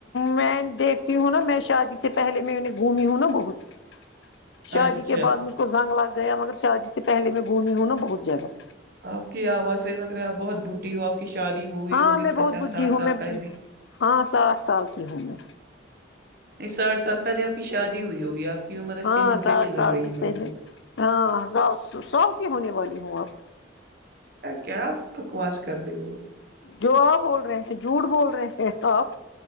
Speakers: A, on the left; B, on the right.
A: میں دیکھتی ہوں نا میں شادی سے پہلے میں انہیں گھمی ہوں نا بہت شادی
B: اچھا
A: کے بعد مجھ کو زنگ لگ گیا مگر شادی سے پہلے میں گھمی ہوں نا بہت جگہ
B: آپ کی آواز سے لگ رہے آپ بہت بڈھی ہو آپ کی شادی ہوئی
A: ہاں
B: ہوگی
A: میں
B: پچاس
A: بہت بڈھی
B: ساٹھ
A: ہوں
B: سال
A: میں
B: پہلے
A: ہاں ساٹھ سال کی ہوں میں
B: نہیں ساٹھ ستر آپ کی شادی ہوئی ہوگی آپ کی عمر اسی
A: ہاں
B: نوے
A: ساٹھ
B: کی
A: سال
B: لگ رہی ہے میرے
A: پہلے
B: کو
A: ہاں ساؤ ساؤ کی ہونے والی ہوں اب
B: کیا بکواس کر رہی ہو
A: جو آپ بول رہے ہیں جھوٹ بول رہے ہیں آپ